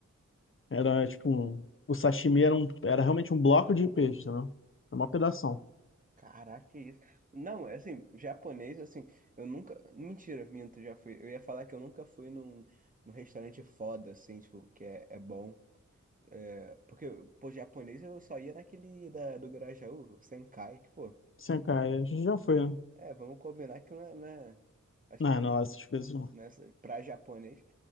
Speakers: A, on the left; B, on the right.
A: Era tipo. um- O sashimi era, um, era realmente um bloco de peixe, entendeu? Era uma pedação.
B: Caraca, que isso. Não, é assim, japonês, assim, eu nunca. Mentira, minto, já fui. Eu ia falar que eu nunca fui num, num restaurante foda, assim, tipo, que é, é bom. É, porque, pô, japonês eu só ia naquele da, do Grajaú, o Senkai, que, pô,
A: Sem cair,
B: bom,
A: a gente já foi, né?
B: é, vamos combinar que não é, não é- acho
A: Não,
B: que
A: não, lá essas coisas não.
B: nessa, pra japonês,